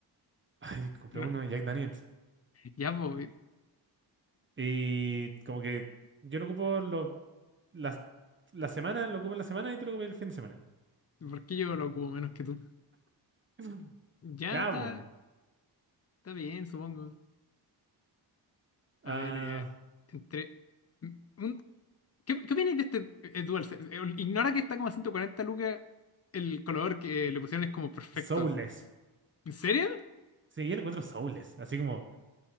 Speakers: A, on the right (about 25°); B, on the left (about 35°).
A: ay, compré
B: No,
A: uno de Jack Daniels.
B: ya, pues,
A: Y como que yo lo ocupo los la, la semana, lo ocupas la semana y tú lo ocupas el fin de semana.
B: ¿por qué yo lo ocupo menos que tú?
A: Mm.
B: Ya
A: Ya,
B: está,
A: pues.
B: está bien, supongo. A
A: ah,
B: ver, eh, entre... m- un- ¿Qué, qué opináis de este eh, DualSense? Eh, Ignora que está como a 140 lucas. El color que le pusieron es como perfecto.
A: soulless.
B: así. ¿En serio?
A: Sí, yo lo encuentro soulless. Así como,